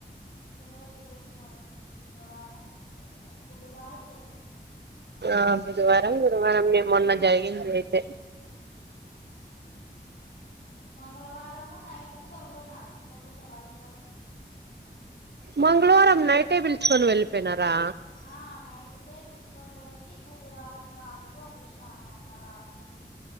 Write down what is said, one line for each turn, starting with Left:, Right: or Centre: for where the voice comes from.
Left: ఈ రోజు ఏం వారం ఈరోజు శుక్రవారం, బేస్త బుధవారం జరిగింది
Right: ఆ బుధవారం గురువారం ఇగ మొన్న జరిగింది అయితే
Left: మంగళవారము నైట్ కు తొలకపోయినారు పోలీస్సొళ్ళు ఆ పిల్లోన్నీ
Right: మంగళవారం నైటే పిల్చుకొని వెళ్పోయినారా
Left: ఆ నైట్ కే పిలుచుకొని పోయ్యి బుధవారం రాత్రికి పంపించినారు మొన్న రాత్రికి